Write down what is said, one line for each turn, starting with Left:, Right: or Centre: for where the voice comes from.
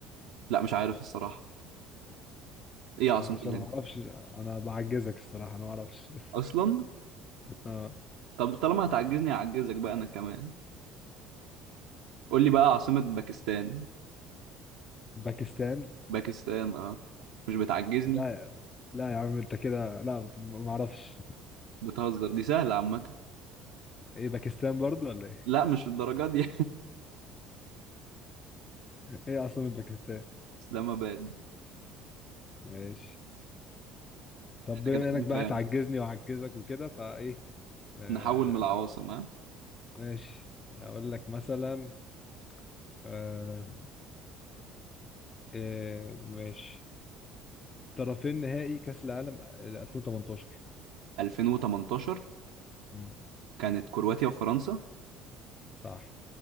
Right: لا مش عارف الصراحة ايه عاصمة
Left: ماشي
Right: الهند
Left: انا ما اعرفش انا بعجزك الصراحه انا ما اعرفش
Right: اصلا
Left: <laughs> آه،
Right: طب طالما هتعجزني هعجزك بقى انا كمان قول لي بقى عاصمة باكستان
Left: باكستان
Right: باكستان اه مش بتعجزني
Left: لا يا- لا يا عم انت كده لا بت- ما اعرفش
Right: بتهزر دي سهلة عامة
Left: ايه باكستان برضو ولا ايه
Right: لا مش الدرجات دي
Left: <laughs> ايه اصلا باكستان
Right: <laughs> اسلام اباد
Left: ماشي طب
Right: احنا
Left: بما
Right: كده
Left: انك
Right: كام
Left: بقى
Right: كام
Left: هتعجزني وعجزك وكده فايه آه
Right: نحول من العواصم ها
Left: ماشي اقول لك مثلا آه إيه ماشي طرفين نهائي كاس العالم 2018
Right: 2018
Left: مم.
Right: كانت كرواتيا وفرنسا
Left: صح